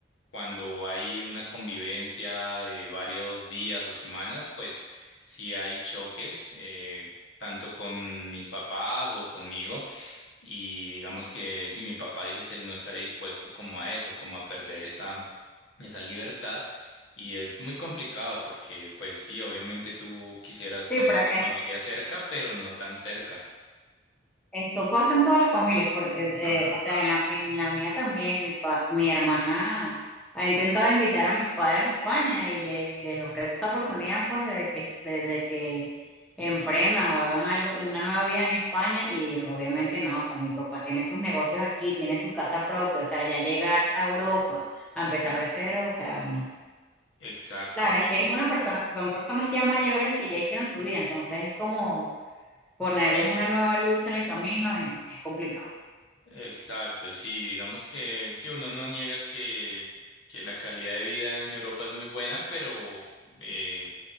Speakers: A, on the left; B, in the centre.
A: cuando hay una convivencia de varios días o semanas, pues sí hay choques, eh, tanto con mis papás o conmigo. Y digamos que sí, mi papá dice que él no estaría dispuesto como a eso, como a perder esa, esa libertad. Y es muy complicado porque, pues sí, obviamente tú quisieras
B: Sí,
A: tener
B: pero
A: a tu familia cerca, pero no tan cerca.
B: Esto pasa en todas las familias, porque, eh,
A: Ajá.
B: o sea, en la, en la mía también, mi, pa- mi hermana ha intentado invitar a mis padres a España y les, les ofrece esa oportunidad, pues, de que, de, de que emprendan o hagan algo, una nueva vida en España y obviamente no, o sea, mi papá tiene sus negocios aquí, tiene su casa propia, o sea, ya llegar a Europa a empezar de cero, o sea, no.
A: Exacto,
B: Claro,
A: sí.
B: es que es una persona, son personas ya mayores que ya hicieron su vida, entonces es como ponerles una nueva lucha en el camino, y es complicado.
A: Exacto, sí, digamos que sí, uno no niega que, que la calidad de vida en Europa es muy buena, pero eh,